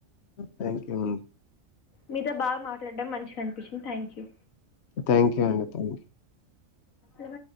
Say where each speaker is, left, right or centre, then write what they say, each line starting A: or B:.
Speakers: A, on the left; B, on the left.
A: థ్యాంక్ యూ అ
B: మీతో బాగా మాట్లాడడం మంచిగా అనిపించింది థ్యాంక్ యూ.
A: థ్యాంక్ యూ అండి థ్యాంక్
B: ఇ <unintelligible>